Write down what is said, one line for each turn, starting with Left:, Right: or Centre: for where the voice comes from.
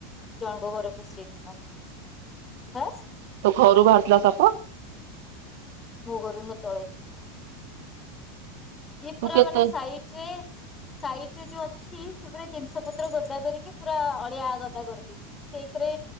Left: ଜଣଙ୍କ ଘରେ ପଶିଯାଇଥିଲା ହଁ
Right: ତ ଘରୁ ବାହାରୁଥିଲା ସାପ
Left: ମୋ ଘରୁ ନୁହେଁ ତଳେ ସେ ପୁରା
Right: ତୁ କେତେ
Left: ମାନେ ସାଇଟ ରେ ସାଇଡ ରେ ଯୋଉ ଅଛି ସେ ପୁରା ଜିନିଷ ପତ୍ର ଗଦା କରିକି ପୁରା ଅଳିଆ ଗଦା କରିଦେଇଛି ସେଇଥିରେ